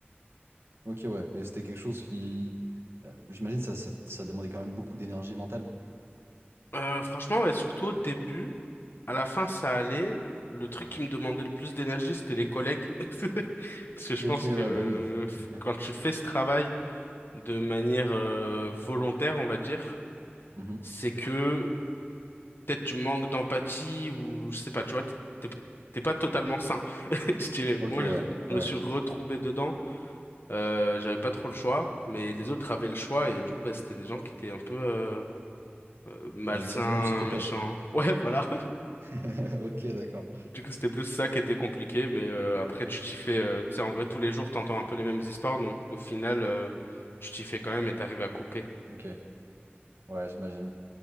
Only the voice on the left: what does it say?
Euh, franchement, ouais, surtout au début, à la fin, ça allait. Le truc qui me demandait le plus d'énergie, c'était les collègues. <laughs> Parce que je
pense
que euh,
quand tu fais ce travail de manière euh, volontaire, on va dire,
c'est que peut-être tu manques d'empathie ou je sais pas, tu vois, t'es t'es- t'es pas totalement sain. <laughs> Je dirais,
moi,
je
me suis retrouvé dedans. Euh, j'avais pas trop le choix, mais les autres avaient le choix et du coup, bah, c'était des gens qui étaient un peu euh, euh, malsains,
méchants. Ouais, <laughs> voilà.
Du coup, c'était plus ça qui était compliqué, mais euh, après, tu t'y fais. euh, tu sais, en vrai, tous les jours, t'entends un peu les mêmes histoires, donc au final, euh, tu t'y fais quand même et t'arrives à couper.